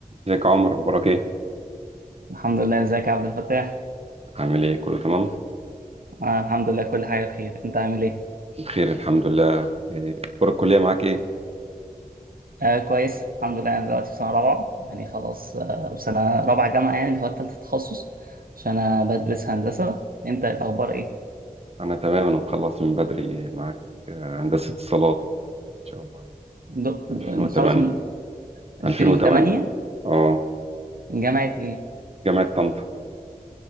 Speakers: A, on the right; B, on the right.
A: ازيك يا عمر اخبارك ايه
B: الحمد لله ازيك يا عبد الفتاح
A: عامل ايه كله تمام
B: آه الحمد لله كل حاجه بخير انت عامل ايه
A: بخير الحمد لله إيه، اخبار الكليه معاك ايه
B: آه كويس الحمد لله انا دلوقتي في سنه رابعه يعني خلاص آه سنه رابعه جامعه يعني اللي هو التالت تخصص عشان انا بدرس هندسه انت الاخبار ايه
A: انا تمام انا مخلص من بدري معاك آه، هندسه اتصالات ان شاء الله يعني
B: د-
A: 2008
B: د- متخرج من 2008
A: 2008 اه
B: من جامعه ايه
A: جامعه طنطا